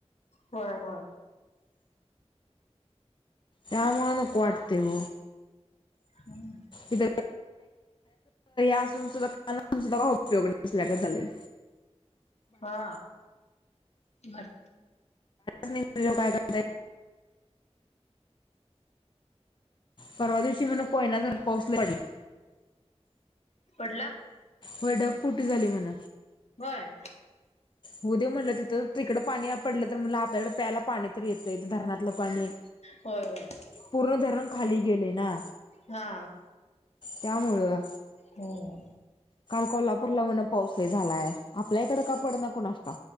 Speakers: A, on the left; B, on the left.
A: होय हो
B: या मळन क वाटतेव
A: हम्
B: इथ असून सुध काना सुधा का उपयोग नसल्या झाले
A: हा बर
B: नाही काय करताय परवा दिवशी म्हण कोयना जर पाऊसलाला
A: पडला
B: व ढप पुूट झाली म्हून
A: होय
B: होद्या म्हटलं तिथं तिकडे पाणी पडलं तर म्हटलं आपल्याकडे प्यायला पाणी येतथ धरणातलं पाणी
A: होय होय
B: पूर्ण धरण खाली गेलं ना
A: हा
B: त्यामुळं
A: हम्म
B: काल कोल्हापूरला म्हण पाऊसला झालाय आपल्या इकड का पड न कोण असता